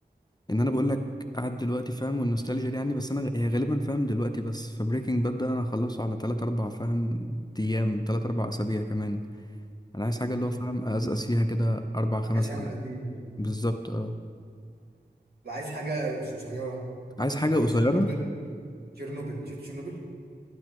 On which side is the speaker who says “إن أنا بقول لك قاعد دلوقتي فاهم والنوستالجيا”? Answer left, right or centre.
Left